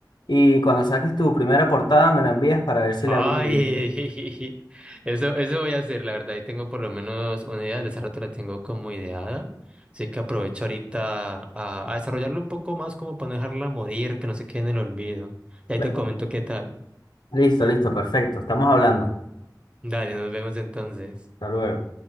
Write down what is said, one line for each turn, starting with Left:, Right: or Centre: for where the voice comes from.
Left: y cuando saques tu primera portada me la envías para ver si
Right: Ay,
Left: le hago una edición.
Right: <laughs> eso, eso voy a hacer, la verdad. Y tengo por lo menos una idea, de hace rato la tengo como ideada. Así que aprovecho ahorita a, a desarrollarla un poco más, como para no dejarla morir, que no se quede en el olvido. Y
Left: Claro.
Right: ahí te comento qué tal.
Left: Listo, listo, perfecto. Estamos hablando.
Right: Dale, nos vemos entonces.
Left: Hasta luego.